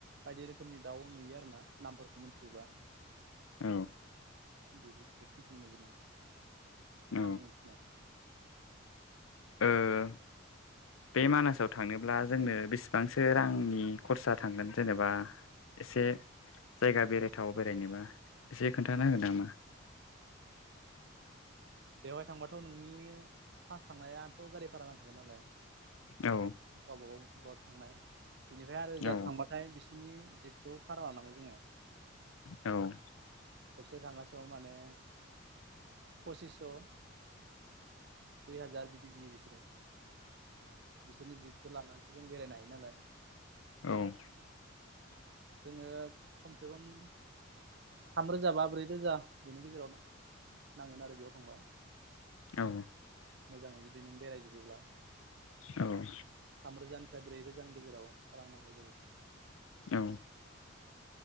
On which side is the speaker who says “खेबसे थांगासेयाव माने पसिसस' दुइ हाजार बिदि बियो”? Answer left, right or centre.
Right